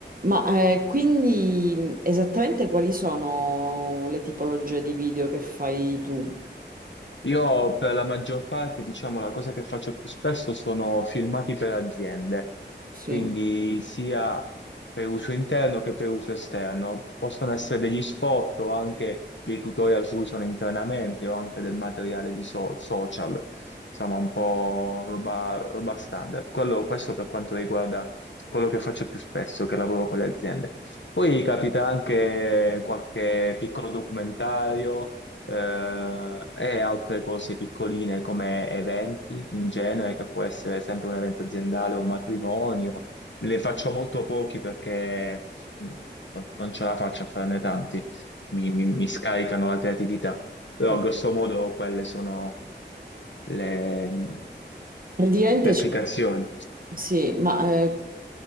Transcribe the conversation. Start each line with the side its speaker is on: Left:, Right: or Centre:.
Right: Ma eh, quindi mh, esattamente quali sono le tipologie di video che fai tu?
Left: Io per la maggior parte, diciamo, la cosa che faccio più spesso sono filmati per aziende,
Right: Sì.
Left: quindi sia per uso interno che per uso esterno. Possono essere degli spot o anche dei tutorial che usano internamente o anche del materiale di so- social, insomma, un po' roba, roba standard. Quello- questo per quanto riguarda quello che faccio più spesso, che lavoro con le aziende. Poi capita anche qualche piccolo documentario eh, e altre cose piccoline come eventi in genere, che può essere sempre un evento aziendale o un matrimonio. Le faccio molto pochi perché mh, non ce la faccio a farne tanti, mi, mi- mi scaricano la creatività, però
Right: Ah.
Left: grosso modo quelle sono le mm,
Right: Praticamente
Left: le applicazioni.
Right: c- sì, ma eh,